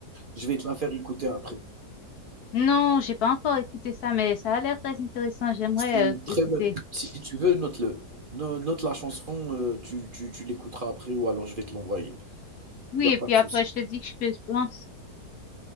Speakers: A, on the right (about 45°); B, on the left (about 60°).
A: Je vais te la faire écouter après.
B: Non, j'ai pas encore écouté ça, mais ça a l'air très intéressant. J'aimerais
A: C'est une
B: euh,
A: très
B: écouter.
A: bonne. Si tu veux, note-le. No- Note la chanson, euh, tu, tu, tu l'écouteras après ou alors je vais te l'envoyer.
B: Oui,
A: Il n'y a
B: et
A: pas
B: puis
A: de
B: après,
A: souci.
B: je te dis que je pense.